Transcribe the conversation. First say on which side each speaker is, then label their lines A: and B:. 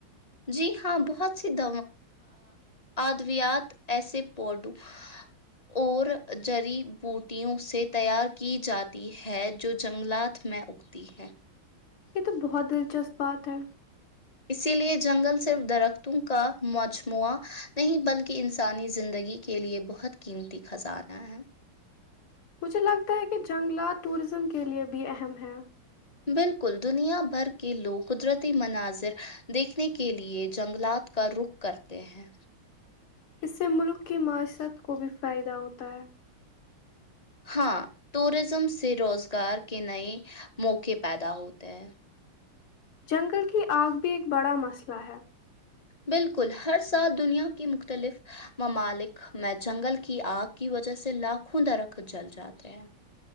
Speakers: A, on the left (about 25°); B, on the left (about 80°).
A: جی ہاں بہت سی د ادویات ایسے پڈوں اور جریی بوٹیوں سے تیار کی جاتی ہے جو جنگلات میں اگتی ہے
B: یہ تو بہت دلچسپ بات ہے
A: اسی لے جنگل صرف درختوں کا مجموعہ نہیں بلکہ انسانی زندگی کے لیئے بہت قیمتی خزانہ ہے
B: مجھے لگتا ہے کہ جنگلات ٹوریزم کے لیے بھی اہم ہے
A: بالکل دنیا بھر کے لوگ قدرتی مناظر دیکھنے کے لیئے جنگلات کا رخ کرتے ہیں
B: اس سے ملک کی معیشرت کو بھی فائدہ ہوتا ہے
A: ہاں ٹوریزم سے روزگار کے نئے موقع پیدا ہوتے ہیں
B: جنگل کی آگ بھی ایک بڑا مسئلہ ہے
A: بالکل ہر سال دنیا کے مختلف ممالک میں جنگل کی آگ کی وجہ سے لاکھوں درخت جل جاتے ہیں